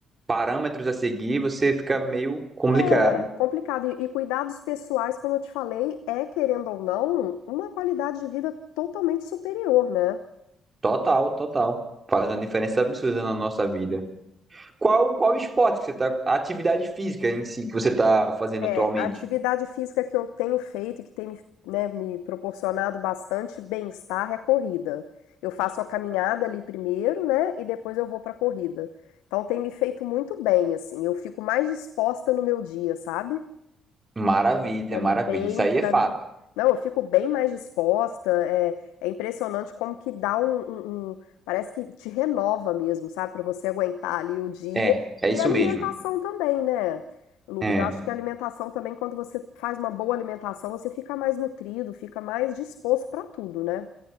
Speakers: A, on the right; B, on the left.
A: parâmetros a seguir, você fica meio complicado.
B: É complicado. E, e cuidados pessoais, como eu te falei, é, querendo ou não, uma qualidade de vida totalmente superior, né?
A: Total, total. Faz uma diferença absurda na nossa vida. Qual, qual esporte que você tá, a atividade física em si que você tá fazendo
B: É,
A: atualmente?
B: a atividade física que eu tenho feito e que tem me, né, me proporcionado bastante bem-estar é a corrida. Eu faço a caminhada ali primeiro, né, e depois eu vou pra corrida. Então tem me feito muito bem, assim, eu fico mais disposta no meu dia, sabe?
A: Maravilha,
B: É
A: maravilha.
B: bem,
A: Isso aí
B: pra
A: é fato.
B: mim. Não, eu fico bem mais disposta. É, é impressionante como que dá um, um- um- Parece que te renova mesmo, sabe? Pra você aguentar ali o dia.
A: É, é isso
B: E a alimentação
A: mesmo.
B: também, né? Lucas,
A: É,
B: eu acho que a alimentação também, quando você faz uma boa alimentação, você fica mais nutrido, fica mais disposto pra tudo, né?